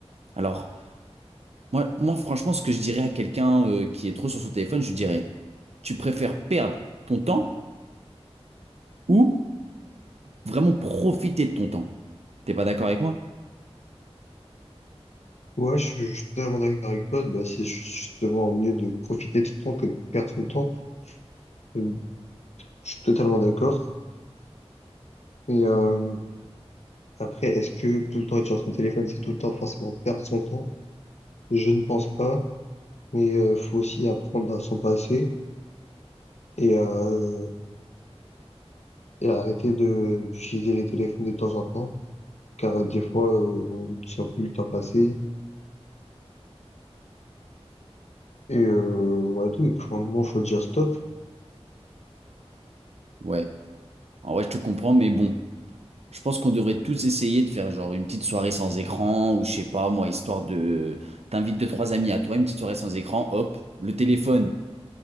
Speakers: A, on the right; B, on the left.
A: Alors, moi, moi, franchement, ce que je dirais à quelqu'un euh, qui est trop sur son téléphone, je lui dirais, tu préfères perdre ton temps ou vraiment profiter de ton temps? T'es pas d'accord avec moi?
B: Ouais, je suis je suis totalement d'accord avec toi. Bah, c'est justement mieux de profiter de son temps que de perdre son temps. Euh, Je suis totalement d'accord. Et euh, après, est-ce que tout le temps être sur son téléphone, c'est tout le temps forcément perdre son temps? Je ne pense pas. Mais euh, faut aussi apprendre à s'en passer et, euh, et arrêter de d'utiliser les téléphones de temps en temps, car euh, des fois, euh, on ne sent plus le temps passer. Et euh, ouais, tout, et qu'à un moment, faut dire stop.
A: Ouais. En vrai, je te comprends, mais bon, je pense qu'on devrait tous essayer de faire genre une petite soirée sans écran ou je sais pas, moi, histoire de... T'invites deux, trois amis à toi, une petite soirée sans écran, hop, le téléphone,